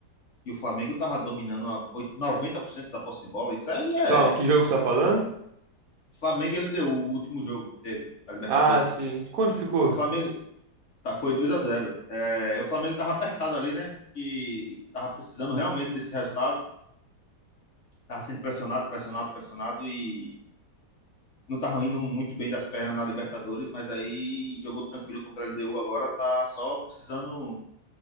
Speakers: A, on the left; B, on the right.
A: que o Flamengo tava dominando a oit- 90% da posse de bola. Isso aí é
B: Calma, que jogo você tá falando?
A: Flamengo e LDU, o último jogo que teve da Libertadores.
B: Ah, sim. Quando ficou?
A: O Flamengo tá, foi 2 a zero É, o Flamengo tava apertado ali, né? Que tava precisando realmente desse resultado. Tava sendo pressionado, pressionado, pressionado e não tava indo muito bem das pernas na Libertadores, mas aí jogou tranquilo contra a LDU agora, tá só precisando